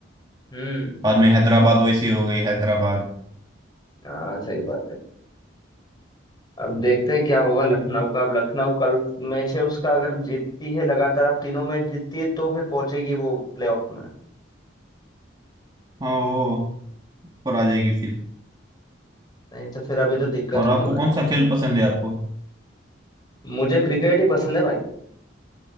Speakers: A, on the left (about 20°); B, on the right (about 20°).
A: हम्म
B: बाद में हैदराबाद वैसी हो गई हैदराबाद
A: हाँ सही बात है अब देखते हैं क्या होगा लखनऊ का अब लखनऊ कल में से उसका अगर जीतती है लगातार अब तीनों मैच जीतती है तो फिर पहुंचेगी वो प्लेऑफ में
B: हाँ वो ऊपर आ जाएगी फिर
A: नहीं तो फिर अभी तो दिक्कत
B: और
A: होगी
B: आपको
A: भाई
B: कौन सा खेल पसंद है आपको
A: मुझे क्रिकेट ही पसंद है भाई